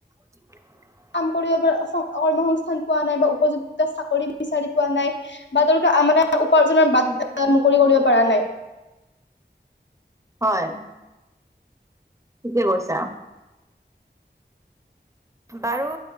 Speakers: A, on the right; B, on the left.
A: <inaudible>
B: কাম কৰিব পৰা কৰ্মসস্থান পোৱা নাই বা উপযুক্ত চাকৰি বিচাৰি পোৱা নাই। বা তেওঁলোকে মানে উপাৰ্জনৰ বাত মুকলি কৰিব পৰা নাই।
A: হয়। থিকে কৈছা। বাৰু